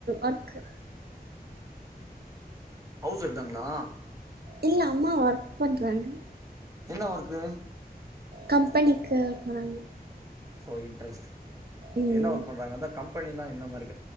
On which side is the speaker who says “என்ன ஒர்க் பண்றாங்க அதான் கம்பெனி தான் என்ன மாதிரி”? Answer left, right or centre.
Right